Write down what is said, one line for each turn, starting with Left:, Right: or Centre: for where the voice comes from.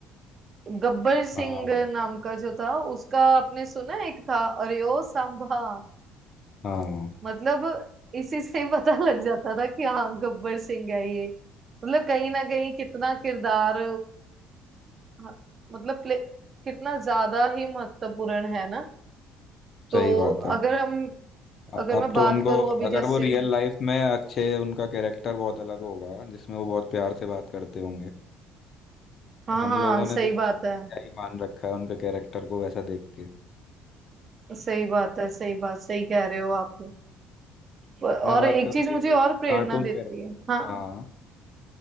Right: गब्बर सिंह
Left: हाँ
Right: नाम का जो था उसका आपने सुना है? एक था अरे ओ सांभा
Left: हाँ
Right: मतलब इसी से ही पता लग जाता था कि हाँ गब्बर सिंह है ये मतलब कहीं ना कहीं कितना किरदार हाँ, मतलब प्ले, कितना ज्यादा ही महत्वपूर्ण है ना तो
Left: सही बात है
Right: अगर हम
Left: अ-
Right: अगर
Left: अब
Right: मैं बात
Left: तो उनको
Right: करूं अभी
Left: अगर
Right: जैसे
Left: वो रियल लाइफ में अच्छे उनका कैरेक्टर बहुत अलग होगा जिसमें वो बहुत प्यार से बात करते होंगे
Right: हाँ
Left: तो हम
Right: हाँ
Left: लोगों ने
Right: सही
Left: तो मैंने
Right: बात है
Left: क्या ही मान रखा है उनके कैरेक्टर को वैसा देख के
Right: सही बात है सही बात सही कह रहे हो आप और
Left: मैं बात
Right: एक
Left: करूँ
Right: चीज मुझे
Left: एक एक
Right: और प्रेरणा
Left: कार्टून
Right: देती
Left: कैरेक्टर
Right: है हाँ
Left: हाँ